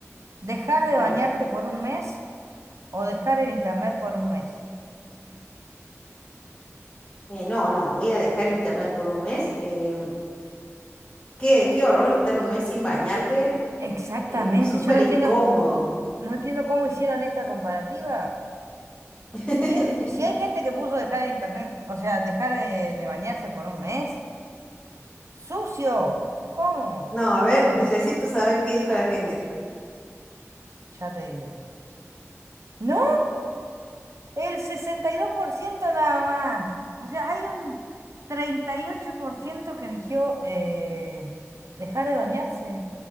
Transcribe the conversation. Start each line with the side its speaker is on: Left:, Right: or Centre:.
Right: ¿Dejar de
Left: Dale.
Right: bañarte por un mes o dejar el internet por un mes?
Left: Eh, no, no, voy a dejar internet por un mes. eh, qué, qué horror estar un mes sin bañarte.
Right: Exactamente,
Left: eh, súper
Right: yo no entiendo,
Left: incómodo.
Right: no entiendo cómo hicieron esta comparativa.
Left: <laughs>
Right: quiero- si hay gente que puso dejar el internet, o sea, dejar de, de bañarse por un mes, sucio, ¿cómo?
Left: No, a ver,
Right: Bueno,
Left: necesito saber qué dijo la gente.
Right: ya te digo. No, el 62% nada más. O sea, hay un 38% que eligió eh, dejar de bañarse,